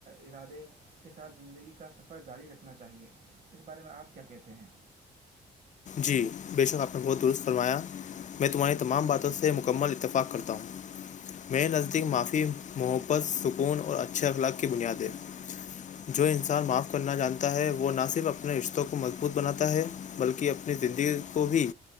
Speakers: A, on the right; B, on the left.
A: ارادے کے ساتھ زندگی کا سفر جاری رکھنا چاہیے اس بارے میں آپ کیا کہتے ہیں
B: جی بے شک آپ نے بہت درست فرمایا میں تمہاری تمام باتوں
A: جی
B: سے مکمل اتفاق کرتا ہوں میرے نزدیک
A: جی جی
B: معافی محبت سکون اور اچھے اخلاق کی بنیاد ہے جو انسان معاف کرنا جانتا ہے وہ نہ صرف اپنے رشتوں کو مضبوط بناتا ہے بلکہ اپنے اپنی زندگی کو بھی